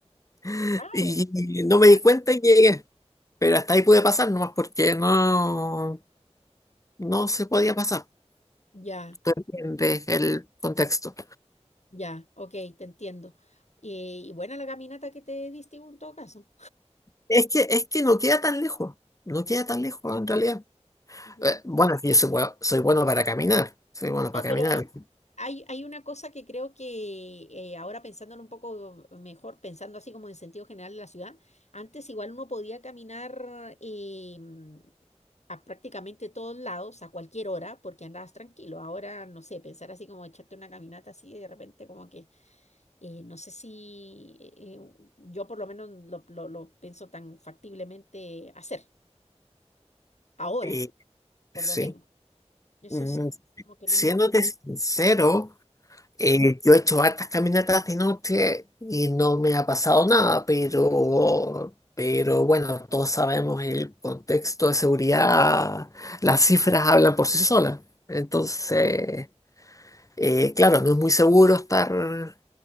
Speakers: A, on the left; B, on the left.
A: <laughs>
B: Ah,
A: Y
B: bueno,
A: no me
B: ya.
A: di cuenta y llegué. Pero hasta ahí pude pasar nomás porque no, no se podía pasar.
B: Ya,
A: Tú entiendes el contexto.
B: ya, ok, te entiendo. Y, y buena la caminata que te diste en todo caso.
A: Es que, es que no queda tan lejos, no queda tan lejos en realidad.
B: Ya.
A: Eh, bueno, es que yo soy, bue- soy bueno para caminar, soy bueno para
B: No, pero
A: caminar.
B: hay, hay una cosa que creo que eh, ahora pensándolo un poco mejor, pensando así como en sentido general de la ciudad, antes igual uno podía caminar eh, mm, a prácticamente todos lados a cualquier hora porque andabas tranquilo. Ahora, no sé, pensar así como echarte una caminata así de repente como que, eh, no sé si eh, yo por lo menos lo, lo, lo pienso tan factiblemente hacer, ahora,
A: Y
B: por
A: sí,
B: lo menos. Eso
A: Mm,
B: sí, como que
A: siéndote
B: no me gusta.
A: sincero, eh, yo he hecho hartas caminatas de noche y no me ha pasado nada, pero, pero bueno, todos sabemos el contexto de seguridad, las cifras hablan por sí solas. Entonces... Eh, claro, no es muy seguro estar,